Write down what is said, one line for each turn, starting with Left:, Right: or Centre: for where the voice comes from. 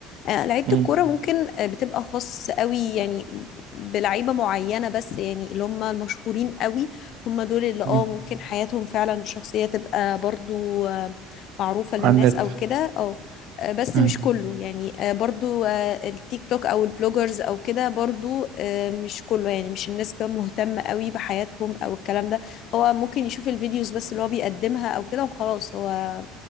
Left: آه، لعيبة
Right: مم.
Left: الكورة ممكن آه، بتبقى خاص قوي يعني بلعيبة معينة بس يعني اللي هم المشهورين قوي هم دول اللي اه
Right: مم.
Left: ممكن حياتهم فعلا الشخصية تبقى برضو آه، معروفة للناس
Right: على النت
Left: او كده او آه، بس
Right: مم.
Left: مش كله يعني آه، برضو آه، التيك توك او البلوجرز او كده برضو آه، مش كله يعني مش الناس بقى مهتمة قوي بحياتهم او الكلام ده هو ممكن يشوف الفيديوز بس اللي هو بيقدمها او كده وخلاص هو